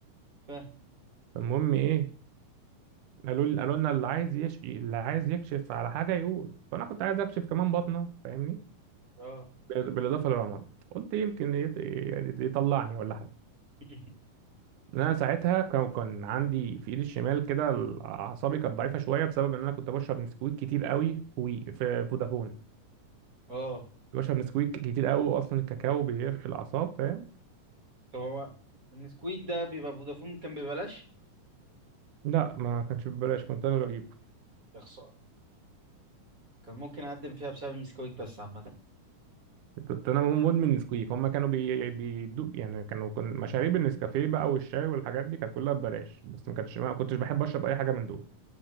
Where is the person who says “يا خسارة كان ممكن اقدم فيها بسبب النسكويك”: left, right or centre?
Right